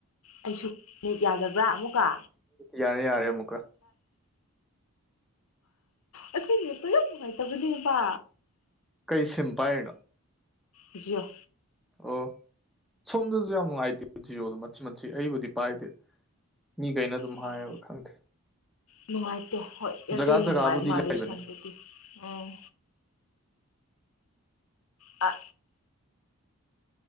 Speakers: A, on the left; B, in the centre.
A: ꯑꯩꯁꯨ ꯃꯤꯠ ꯌꯥꯗꯕ꯭ꯔꯥ ꯑꯃꯨꯛꯀ
B: ꯌꯥꯔꯦ ꯌꯥꯔꯦ ꯑꯃꯨꯛꯀ
A: ꯑꯩꯈꯣꯏꯅꯦꯁꯨ ꯌꯥꯝ ꯅꯨꯡꯉꯥꯏꯇꯕꯅꯦꯕ
B: ꯀꯩ ꯁꯤꯝꯄꯥꯥꯏꯅꯣ
A: ꯖꯤꯌꯣ
B: ꯑꯣ ꯁꯣꯝꯗꯁꯨ ꯌꯥꯝ ꯅꯨꯡꯉꯥꯏꯇꯦ ꯖꯤꯑꯣꯗꯣ ꯃꯆꯤ ꯃꯠꯆꯤ ꯑꯩꯕꯨꯗꯤ ꯄꯥꯏꯗꯦ ꯃꯤ ꯀꯩꯩꯅ ꯇꯨꯝ
A: ꯎꯝ
B: ꯈꯪ
A: ꯅꯨꯡꯉꯥꯏꯇꯦ ꯍꯣꯏ ꯏꯌꯥꯔꯇꯦꯜꯅ
B: ꯖꯒꯥ ꯖꯒꯥꯕꯨꯗꯤ
A: ꯅꯨꯡꯉꯥꯏꯕ ꯃꯥꯜꯂꯦ
B: ꯂꯩꯕꯅꯦ
A: ꯁꯣꯝꯗꯗꯤ ꯎꯝ ꯑꯥ